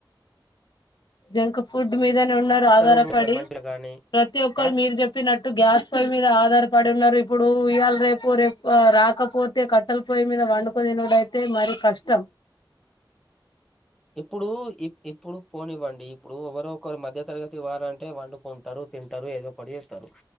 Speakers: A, on the left; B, in the centre.
A: జంక్ ఫుడ్ మీద ఉన్నారు
B: చెప్తారు
A: ఆధారపడి
B: నువ్వు మంచిగా గాని
A: ప్రతి ఒక్కరు
B: ఆ
A: మీరు చెప్పినట్టు గ్యాస్ పై మీద ఆధారపడి ఉన్నారు ఇప్ ఇప్పుడు ఈయల రేపు రేపు రాకపోతే వత్తె కట్టల కట్టల పొయ్య మీద వండుకొనితినోడు అయితే మరీ కష్టం
B: ఇప్పుడు ఇప్ ఇప్పుడు పోనివ్వండి. ఇప్పుడు ఎవరో ఒకరు మధ్య తరగతి వారంటే వాండుకొంటారు తింటారు ఏదో ఒకటి చేస్ స్తారు